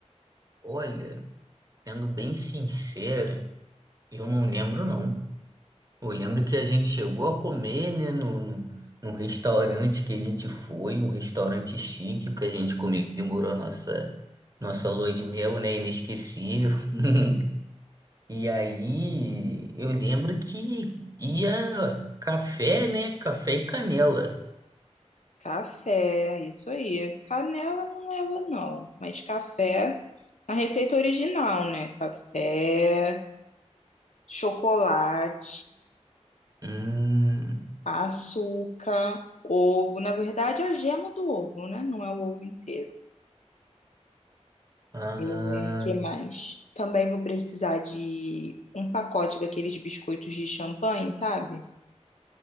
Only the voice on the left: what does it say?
Café, isso aí. Canela não leva, não. Mas café, na receita original, né? Café, chocolate,
açúcar, ovo. Na verdade, é a gema do ovo, né? Não é o ovo inteiro.
É, que mais? Também vou precisar de um pacote daqueles biscoitos de champanhe, sabe?